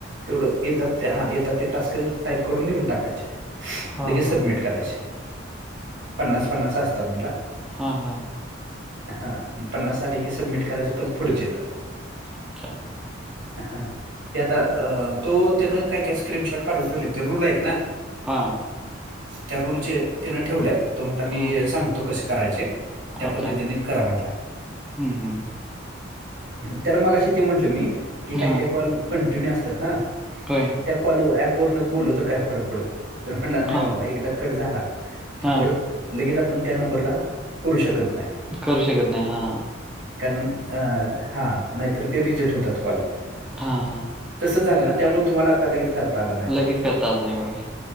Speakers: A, on the right; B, in the centre.
A: तेवढं येतात हा येतात ते टास्क टाईप करून लिहून टाकायचे.
B: हां,
A: लगेच
B: हां,
A: सबमिट
B: हां.
A: करायचे पन्नास पन्नास असतात म्हणला
B: हा हां
A: हा पन्नास झाले की सबमिट करायच परत पुढचे येतात.
B: अच्छा.
A: हा ते आता तो त्यानं काही काय स्क्रीनशॉट काढून ठेवलेत ते रुल आहेत ना.
B: हां
A: त्या रूलचे तिनं ठेवल्यात, तो म्हटला मी
B: हां.
A: सांगतो कसे करायचे. त्या पद्धतीने
B: अच्छा.
A: करा म्हटलाय.
B: हं, हं, हं.
A: त्याला मगाशी ते म्हटलं मी की काही
B: हां.
A: काही कॉल कंटिन्यू असतात ना
B: होय
A: त्या कॉल ऍप वरूनच बोललो तर काय फरक पडतोय, तर म्हणला नाही
B: हां,
A: मामा एकदा कट झाला
B: हां.
A: परत लगेच आपण त्या नंबरला करू शकत नाही.
B: करू शकत नाही हा
A: कारण हा नाहीतर ते रिजेट होतात कॉल
B: हा हा
A: तसं झालं ना त्यामुळे तुम्हाला आता लगेच करता आलं नाही.
B: लगेच करता आलं नाही व्हय